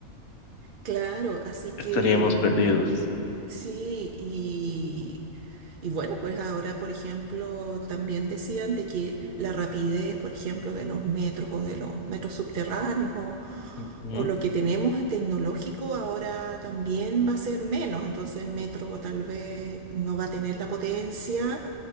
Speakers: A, on the right; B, on the left.
A: claro, así
B: estaríamos
A: que
B: perdidos.
A: mm, sí, y, y bueno, pues ahora, por ejemplo, también decían de que la rapidez, por ejemplo, de los metros o de los metros subterráneos o,
B: Ujú,
A: o lo que tenemos de tecnológico ahora también va a ser menos, entonces el metro tal vez no va a tener la potencia,